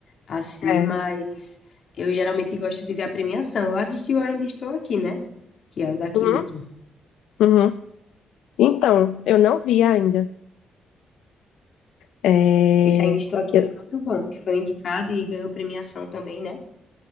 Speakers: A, on the left; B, on the left.
A: Assim,
B: É.
A: mas eu geralmente gosto de ver a premiação. Eu assisti o Ainda Estou Aqui, né? Que é o daqui
B: Uhum.
A: mesmo.
B: Uhum. Então, eu não vi ainda. É,
A: Esse Ainda Estou Aqui,
B: eu-
A: ele é muito bom, que foi indicado e ganhou premiação também, né?